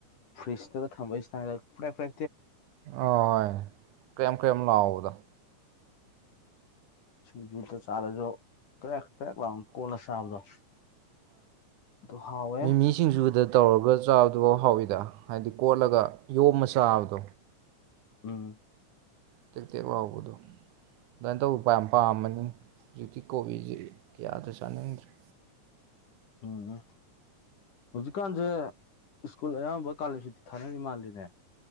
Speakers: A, on the left; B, on the right.
A: ꯐ꯭ꯔꯤꯖꯇꯒ ꯊꯝꯕꯩ ꯁꯥꯏꯗ ꯐꯦ ꯐ꯭ꯔꯦ
B: ꯑ ꯀꯩꯝ ꯀꯩ ꯂꯥꯎꯑꯣ ꯑꯣꯗ
A: ꯎꯝꯨꯗ ꯆꯥꯔꯦꯖ ꯀ ꯄꯔꯛꯂ ꯀꯣꯂ ꯆꯥꯕꯗꯣ ꯑꯗꯨ ꯍꯥꯎꯋꯦ
B: ꯃꯤ ꯃꯤꯁꯤꯡꯁꯨꯗ ꯇꯧꯔꯒ ꯆꯥꯕꯗꯨ ꯍꯥꯎꯋꯤ ꯗ ꯍꯥꯏꯗꯤ ꯀꯣꯠꯂꯒ ꯌꯣꯝꯃ ꯆꯥꯕꯗꯣ
A: ꯎꯝ
B: ꯇꯦꯛ ꯇꯦꯛ ꯂꯥꯎꯕꯗꯣ ꯅꯇꯣ ꯎꯝ ꯄꯥꯝꯃꯅꯤ ꯍꯧꯖꯤꯛꯇꯤ ꯀꯣꯕꯤꯁꯤ ꯀꯌꯥꯗ ꯆꯥꯅꯤꯡꯗ꯭ꯔꯦ
A: ꯎꯝ ꯍꯧꯖꯤ ꯀꯥꯟꯁꯦ ꯁ꯭ꯀꯨꯜ ꯑꯌꯥꯝꯕ ꯀꯥꯂ ꯁꯨꯇꯤ ꯊꯥꯅꯔꯤ ꯃꯥꯜꯂꯤꯅꯦ